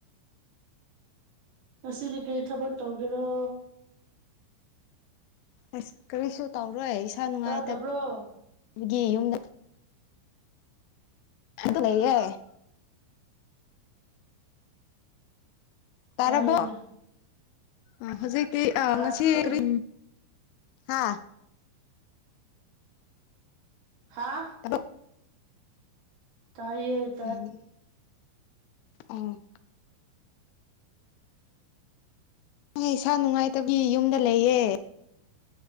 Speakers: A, on the right; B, on the left.
A: ꯉꯁꯤꯗꯤ ꯀꯔꯤ ꯊꯕꯛ ꯇꯧꯒꯦꯔꯣ꯫
B: ꯑꯁ ꯀꯔꯤꯁꯨ ꯇꯧꯔꯣꯏ ꯏꯁꯥ ꯅꯨꯡꯉꯥꯏꯇ
A: ꯇꯥꯗꯕ꯭ꯔꯣ
B: ꯒꯤ ꯌꯨꯝꯗ ꯑꯗꯨ
A: ꯑꯣ
B: ꯂꯩꯌꯦ꯫ ꯇꯥꯔꯕꯣ
A: ꯇꯥꯏꯌꯦ
B: ꯑ ꯍꯣꯖꯤꯛꯇꯤ ꯑ
A: ꯇꯥꯏꯌꯦ
B: ꯉꯁꯤ ꯀꯔꯤ ꯍꯥꯥ꯫
A: ꯍꯥꯥ꯫
B: ꯊꯕꯛ
A: ꯇꯥꯏꯌꯦꯠ꯫
B: ꯎꯝꯍꯨꯝ ꯎꯝ꯫ ꯑꯩ ꯏꯁꯥ ꯅꯨꯡꯉꯥꯏꯇꯕꯒꯤ ꯌꯨꯝꯗ ꯂꯩꯌꯦ꯫